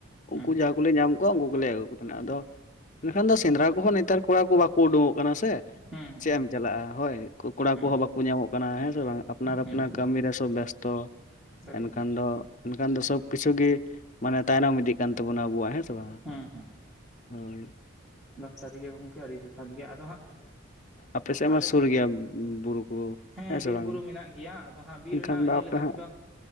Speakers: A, on the left; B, in the centre.
A: ᱩᱱᱠᱩ
B: ᱦᱮᱸ
A: ᱡᱟᱦᱟᱸ ᱠᱚᱞᱮ ᱧᱟᱢ ᱠᱚᱣᱟ ᱩᱱᱠᱩ ᱠᱚᱞᱮ ᱟᱹᱜᱩ ᱠᱚ ᱛᱟᱦᱮᱸᱱᱟ ᱟᱫᱚ ᱢᱮᱱᱠᱷᱟᱱ ᱫᱚ ᱥᱮᱸᱫᱽᱨᱟ ᱠᱚᱦᱚᱸ ᱱᱮᱛᱟᱨ ᱠᱚᱲᱟ ᱠᱚ ᱵᱟᱠᱚ ᱩᱰᱩᱝᱚᱜ ᱠᱟᱱᱟ ᱥᱮ
B: ᱦᱮᱸ
A: ᱪᱮ ᱮᱢ ᱪᱟᱞᱟᱜᱼᱟ ᱦᱳᱭ ᱠᱚᱲᱟ
B: ᱦᱮᱸ ᱦᱮᱸ
A: ᱠᱚᱦᱚᱸ ᱵᱟᱠᱚ ᱧᱟᱢᱚᱜ ᱠᱟᱱᱟ ᱠᱟᱱᱟ ᱦᱮᱸ ᱥᱮ ᱵᱟᱝ ᱟᱯᱱᱟᱨ ᱟᱯᱱᱟᱨ
B: ᱦᱮᱸ
A: ᱠᱟᱹᱢᱤ ᱨᱮ ᱥᱚᱵ ᱵᱮᱥᱛᱚ
B: ᱥᱟᱹᱨᱤ
A: ᱮᱱᱠᱷᱟᱱ
B: ᱜᱮ
A: ᱫᱚ ᱢᱮᱱᱠᱷᱟᱱ ᱫᱚ ᱥᱚᱵ ᱠᱤᱪᱷᱩ ᱜᱮ ᱢᱟᱱᱮ ᱛᱟᱭᱱᱚᱢ ᱤᱫᱤᱜ ᱠᱟᱱ ᱛᱟᱵᱚᱱᱟ ᱟᱵᱚᱣᱟᱜ ᱦᱮᱸ ᱥᱮ ᱵᱟᱝ
B: ᱦᱮᱸ ᱦᱮᱸ
A: ᱦᱳᱭ
B: ᱫᱚᱢ ᱥᱟᱹᱨᱤᱜᱮ ᱜᱚᱢᱠᱮ ᱟᱹᱰᱤ ᱡᱚᱛᱷᱟᱛ ᱜᱮ ᱟᱫᱚ ᱦᱟᱸᱜ
A: ᱟᱯᱮᱥᱮᱫ
B: ᱟᱞᱮ
A: ᱢᱟ ᱥᱩᱨ
B: ᱥᱮᱫ
A: ᱜᱮᱭᱟ ᱵᱩᱨᱩ ᱠᱚ
B: ᱦᱮᱸ
A: ᱥᱮ
B: ᱵᱤᱨ
A: ᱵᱟᱝ
B: ᱵᱩᱨᱩ ᱢᱮᱱᱟᱜ ᱜᱮᱭᱟ ᱟᱫᱚ ᱦᱟᱸᱜ ᱵᱤᱨ
A: ᱮᱱᱠᱷᱟᱱ
B: ᱨᱮᱱᱟᱜ
A: ᱫᱚ
B: ᱤᱭᱟᱹ
A: ᱟᱯᱮ
B: ᱞᱮᱠᱟ
A: ᱦᱟᱸᱜ
B: ᱛᱮᱫᱚ